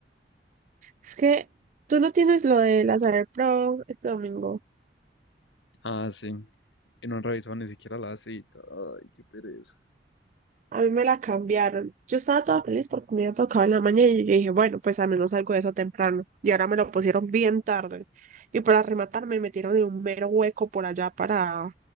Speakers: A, on the right (about 40°); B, on the left (about 85°).
A: Es que tú no tienes lo de la Saber Pro este domingo.
B: Ah, sí. Y no han revisado ni siquiera la cita. Ay, qué pereza.
A: A mí me la cambiaron. Yo estaba toda feliz porque me había tocado en la mañana y yo dije, bueno, pues al menos algo de eso temprano. Y ahora me lo pusieron bien tarde. Y para rematar me metieron en un mero hueco por allá para,